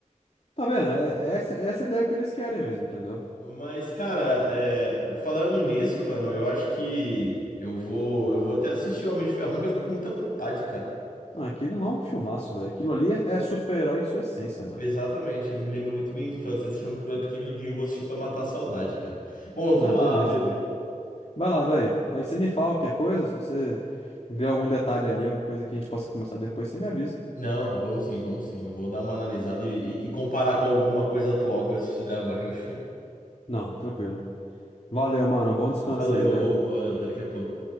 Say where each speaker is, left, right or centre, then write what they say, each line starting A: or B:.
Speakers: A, on the left; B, on the left.
A: Tá vendo? É, é essa, é essa ideia que eles querem mesmo, entendeu?
B: Mas, cara, é, falando nisso, mano, eu acho que eu vou, eu vou até assistir o Homem de Ferro 1, que eu fiquei com muita vontade, cara.
A: Ah, aquele não é um filmaço, velho. Aquilo ali é, é super-herói em sua essência, mano.
B: Exatamente, me lembro muito da minha infância, assistia muito quando eu era pequenininho, eu vou assistir pra matar a saudade, cara. Bom, eu vou
A: Ah,
B: lá,
A: beleza.
B: Pedro.
A: Vai lá, velho. Aí você me fala qualquer coisa, se você vê algum detalhe ali, alguma coisa que a gente possa começar depois, você me avisa.
B: Não, vamos sim, vamos sim. Eu vou dar uma analisada e, e e comparar com alguma coisa atual que eu assisti da Marvel. <laughs>
A: Não, tranquilo. Valeu, mano. Bom descanso
B: Valeu,
A: aí, velho.
B: opa, valeu, até daqui a pouco.